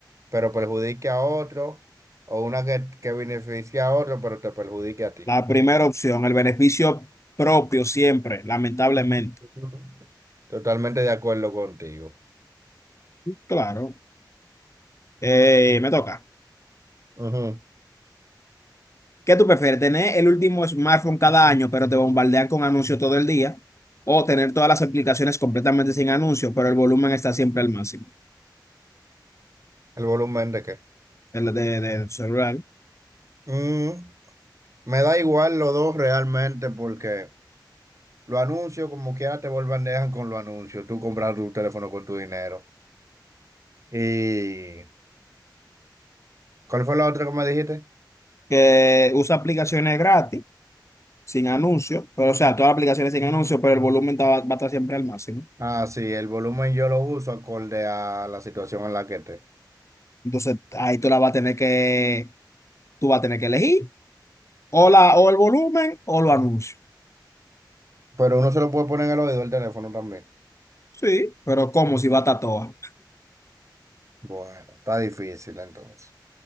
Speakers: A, on the right; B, on the left.
A: pero perjudique a otro? ¿O una que, que beneficie a otro, pero te perjudique a ti?
B: La primera opción, el beneficio propio siempre, lamentablemente.
A: <laughs> Totalmente de acuerdo contigo.
B: Claro, Eh, me toca.
A: Ujú.
B: ¿Qué tú prefieres? ¿Tener el último smartphone cada año, pero te bombardean con anuncios todo el día? ¿O tener todas las aplicaciones completamente sin anuncios, pero el volumen está siempre al máximo?
A: ¿El volumen de qué?
B: El de, de, de tu celular.
A: Mm, me da igual los dos realmente porque los anuncios, como quiera, te vuelvan dejan con los anuncios. Tú compras tu teléfono con tu dinero. ¿Y cuál fue la otra que me dijiste?
B: que usa aplicaciones gratis, sin anuncios, pero o sea, todas las aplicaciones sin anuncios, pero el volumen ta- va, a estar siempre al máximo.
A: Ah, sí, el volumen yo lo uso acorde a la situación en la que esté.
B: Entonces, ahí tú la vas a tener que, tú vas a tener que elegir o la, o el volumen o los anuncios.
A: Pero uno se lo puede poner en el oído del teléfono también.
B: Sí, pero ¿cómo si va a estar toda?
A: Bueno, está difícil entonces.